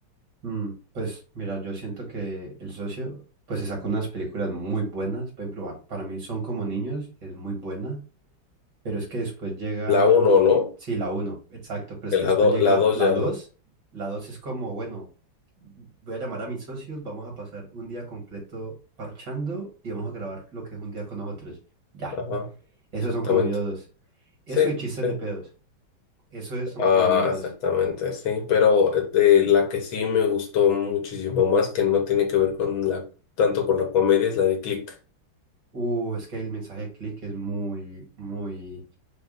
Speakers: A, on the right (about 60°); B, on the left (about 80°).
A: Mm, pues mira, yo siento que El Socio, pues se sacó unas películas muy buenas. Por ejemplo, a- para mí Son como niños, es muy buena, pero es que después llega,
B: La uno, ¿no?
A: sí, la uno, exacto, pero es que
B: La
A: después
B: do-
A: llega
B: la dos
A: la
B: ya
A: dos.
B: no.
A: La dos es como, bueno, voy a llamar a mis socios, vamos a pasar un día completo parchando y vamos a grabar lo que es un día con nosotros. Ya,
B: Ajá,
A: esos
B: exactamente.
A: son como niños dos. Eso
B: Sí,
A: y chistes
B: sí.
A: de pedos. Eso es, son
B: Ah,
A: como niños dos.
B: exactamente, sí. Pero eh, de la que sí me gustó muchísimo más, que no tiene que ver con la, tanto con la comedia, es la de Click.
A: Uh, es que el mensaje de click es muy, muy...